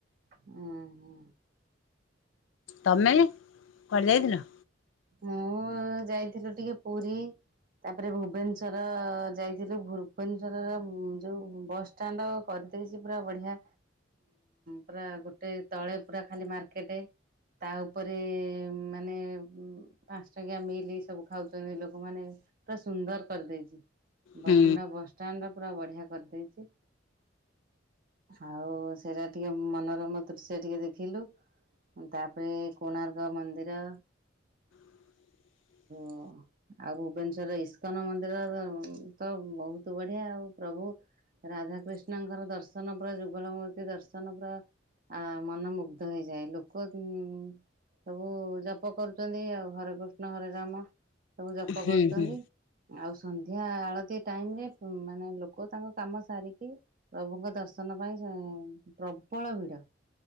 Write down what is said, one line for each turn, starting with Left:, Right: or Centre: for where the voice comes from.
Right: ହୁଁ ହୁଁ।
Left: ତମେ କୁଆଡେ ଯାଇ ଥିଲ।
Right: ମୁଁ ଯାଇଥିଲୁ ଟିକେ ପୁରୀ। ତାପରେ ଭୁବନେଶ୍ଵର ଯାଇଥିଲୁ ଭୁବନେଶ୍ୱରର ଯୋଉ ବସଷ୍ଟାଣ୍ଡ୍ କ ଦେଇଛି ପୁରା ବଢିଆ ପୁରା ଗୋଟେ ତଳେ ପୁରା ଖାଲି ମାର୍କେଟ୍ ତା ଉପରେ ମାନେ ଉଁ ପାଞ୍ଚ ଟଙ୍କିଆ ମିଲି ସବୁ ଖାଉଛନ୍ତି ଲୋକମାନେ। ପୁରା ସୁନ୍ଦର କରିଦେଇଛି ବରମୁଣ୍ଡା
Left: ହୁଁ
Right: ବସଷ୍ଟାଣ୍ଡ୍ ତ ପୁରା ବଢିଆ କରିଦେଇଛି। ଆଉ ସେଇଟା ଟିକେ ମନୋରମ ଦୃଶ୍ୟ ଟିକେ ଦେଖି ଦେଖିଲୁ ତାପରେ କୋଣାର୍କ ମନ୍ଦିର।
Left: <inaudible>
Right: ଓ ଆଉ ଭୁବନେଶ୍ୱର ଇସ୍କନ ମନ୍ଦିର ତ ବହୁତ ବଢିଆ ଆଉ ପ୍ରଭୁ ରାଧାକୃିଷ୍ଣଙ୍କର ଦର୍ଶନ ପୁରା ଯୁଗଳ ମୂର୍ତ୍ତି ଦର୍ଶନ ପୁରା। ଆ ମନ ମୁୁଗ୍ଧ ହୋଇଯାଏ ଲୋକ ଉ ସବୁ ଜପ କରୁ ଆଉ ହରେ କୃଷ୍ଣ ହରେ ରାମ ସବୁ ଜପ
Left: ହୁଁ
Right: କରୁଛନ୍ତି
Left: ହୁଁ
Right: ଆଉ ସନ୍ଧ୍ୟା ଏହା ଆଳତି ଟାଇମ ରେ ମାନେ ଲୋକ ତାଙ୍କ କାମ ସାରିକି ପ୍ରଭୁଙ୍କ ଦର୍ଶନ ପାଇଁ ପ୍ରବଳ ଭିଡ଼